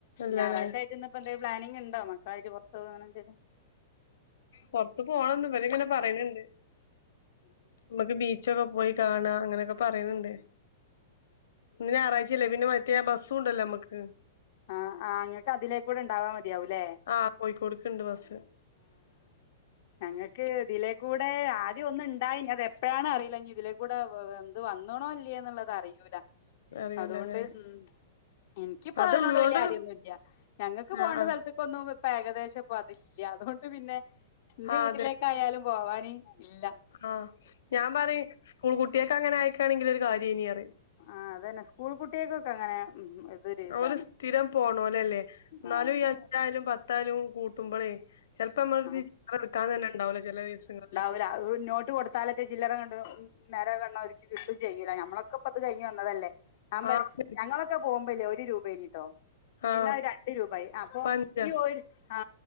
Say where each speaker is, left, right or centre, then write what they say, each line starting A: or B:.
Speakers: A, on the left; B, on the left.
A: ഇല്ലല്ലേ
B: ഞായറാഴ്ച്ചായിട്ട് ഇന്ന്പ്പോ എന്തേലും പ്ലാനിങ് ഇണ്ടോ മക്കളായിട്ട് പൊറത്ത് പോവാനെന്തലും?
A: പൊറത്ത് പോണംന്ന് ഇബല്ങ്ങനെ പറയിന്ണ്ട്. മ്മക്ക് ബീച്ചൊക്കെ പോയി കാണ്അ അങ്ങനെയൊക്കെ പറയ്ന്ണ്ട്. ഇന്ന് ഞായറാഴ്ച്ചല്ലേ പിന്നെ റ്റേ ബസ്സും ഉണ്ടല്ലോ നമ്മക്ക്.
B: ആഹ് ആ, ഇങ്ങട്ട് അതിലേക്കൂടെ ഉണ്ടാവാ മതിയാവുംല്ലേ
A: ആഹ് കോഴിക്കോട്ക്ക്ണ്ട് ബസ്സ്
B: ഞങ്ങൾക്ക് ഇതിലേക്കൂടെ ആദ്യം ഒന്ന് ഇണ്ടായിനി അത് എപ്പഴാണ് അറിയില്ല ഇനി ഇതിലേക്കൂടെ <unintelligible> ഇത് വന്ന്ണോ ഇല്ലയോ എന്നുള്ളത് അറിയൂല.
A: അറിയൂലല്ലേ
B: അതുകൊണ്ട് ഉം ഇൻക് പ്പൊ
A: അത്ള്ളോണ്ട്
B: അതിനോട് വല്ല്യ കാര്യൊന്നും ഇല്ല. ഞങ്ങൾക്ക് പോകണ്ട
A: ആഹ് ആഹ്
B: സ്ഥലത്ത് ഇപ്പൊന്നും ഇപ്പ ഏകദേശംപ്പ അതില്ല. അതുകൊണ്ട് പിന്നെ ഇന്റെ
A: ആഹ്
B: വീട്ടിലേക്കായാലും
A: അതെ
B: പോവാന് ഇല്ല
A: ആഹ്, ഞാൻ പറിം സ്കൂൾ കുട്ടിയക്ക് അങ്ങനെ ആയക്കാണെങ്കില് ഒരു കാര്യം ഇനി അറിം.
B: ആഹ് അതന്നെ, സ്കൂൾ കുട്ടിയൾക്കൊക്കെ അങ്ങനെ ഇതൊരു ഇതാണ്
A: ഓല് സ്ഥിരം പോണോലല്ലേ ന്നാലും
B: ആഹ് അത്
A: ഈ അഞ്ചായാലും പത്തായാലും കൂട്ടുമ്പളേ ചെലപ്പമ്മളട്ത്ത്
B: ആഹ്
A: ഇര് ഇട്ക്കാതന്നെ ഇണ്ടാവുല്ല ചെലേ ദിവസങ്ങളില്.
B: ല അതുകൊ നോട്ട് കൊടു താലത്തെ ചില്ലറ കൊണ്ട് നി നേരെ വെണ്ണം ഒരിക്കി കിട്ടും ചെയ്ല്ല. നമ്മളൊക്കെ ഇപ്പ അത് കഴിഞ്ഞ് വന്നതല്ലേ. ആമ്പറ,
A: ആഹ്
B: ഞങ്ങളൊക്കെ പോകുമ്പല്ലേ ഒരു രൂപേനിട്ടോ.
A: ആഹ്
B: പിന്നെ അത് രണ്ട് രൂപായി. അപ്പൊ
A: ഇപ്പ അഞ്ചാ
B: ഈ ഒരു ആ